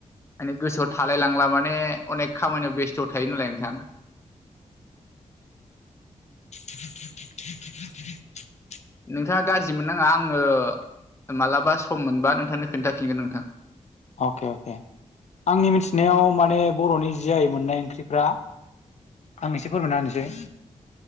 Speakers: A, on the left; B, on the left.
A: माने गोसोआव थालाय लांला माने अनेक खामानियाव बेस्थ' थायो नालाय नोंथां। <inaudible>
B: <unintelligible>
A: नोंथाङा गाज्रि मोननाङा आङो मालाबा सम मोनबा नोंथांनो खोन्थाफिनगोन नोंथां।
B: अके अके आंनि मिथिनायाव माने बर'नि जि आय मोननाय ओंख्रि ब्रा आं एसे फोरमायना होनिसै।